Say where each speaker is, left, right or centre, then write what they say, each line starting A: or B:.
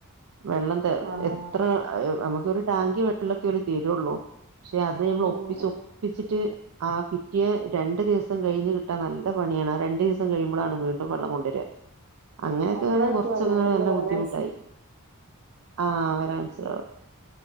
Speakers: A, on the right; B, on the right.
A: വെള്ളം ത
B: ആ
A: എത്ര നമ്ക്കൊരു ടാങ്കി വെള്ളൊക്കെ ഓല് തെരുള്ളൂ പക്ഷെ അത് നമ്മൾ
B: ആ
A: ഒപ്പിചൊ
B: ആ
A: പിച്ച്ട്ട് ആ പിറ്റേ രണ്ട് ദിവസം കഴിഞ്ഞ് കിട്ടാൻ നല്ല പണിയാണ് ആഹ് രണ്ട് ദിവസം കഴിമ്പോളാണ്. വീണ്ടും വള്ളം കൊണ്ടര അങ്ങനെയൊക്കെ
B: അപ്പളായിരിക്കും
A: കുറച്ചൊക്കെ
B: വെള്ളത്തിന്റെ
A: നല്ല
B: വില
A: ബുദ്ധിമുട്ടായി.
B: അനുസ
A: ആ വെരാ മനസ്സിലാവും.